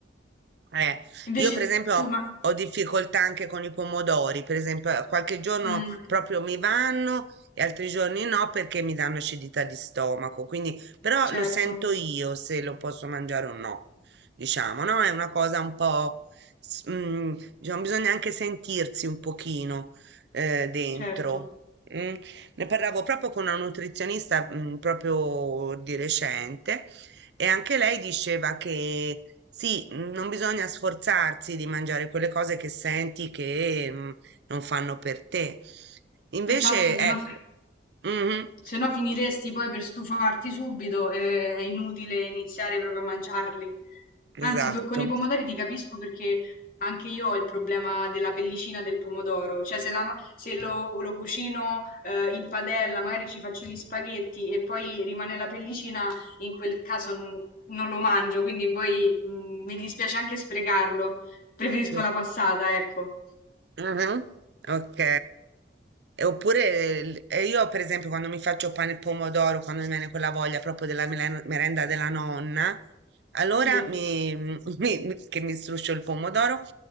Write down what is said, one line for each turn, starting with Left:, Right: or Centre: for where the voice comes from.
Right: Eh,
Left: Invece
Right: io per esempio
Left: tu, ma...
Right: ho difficoltà anche con i pomodori, per esempio eh, qualche giorno
Left: Mm,
Right: proprio mi vanno e altri giorni no perché mi danno acidità di stomaco, quindi però
Left: certo,
Right: lo sento io se lo posso mangiare o no, diciamo, no? È una cosa un po', s- mm, diciamo, bisogna anche sentirsi un pochino eh, dentro.
Left: certo.
Right: mm. Ne parlavo proprio con una nutrizionista mm, proprio di recente e anche lei diceva che sì, mm, non bisogna sforzarsi di mangiare quelle cose che senti che mm, non fanno per te. Invece,
Left: Esatto,
Right: ecco,
Left: se no,
Right: mhm,
Left: se no finiresti poi per stufarti subito e è inutile iniziare proprio a mangiarli.
Right: esatto.
Left: Anzi, po- con i pomodori ti capisco perché anche io ho il problema della pellicina del pomodoro. Cioè, se, la ma- se lo, lo cucino eh, in padella, magari ci faccio gli spaghetti e poi rimane la pellicina, in quel caso n- non lo mangio, quindi poi mm, mi dispiace anche sprecarlo. Preferisco
Right: Sì.
Left: la passata, ecco.
Right: Ah, Ok. E Oppure il- e io, per esempio, quando mi faccio pane e pomodoro, quando mi viene quella voglia proprio della melen- merenda della nonna, allora
Left: Sì.
Right: mi, <laughs> mi- mi- che mi struscio il pomodoro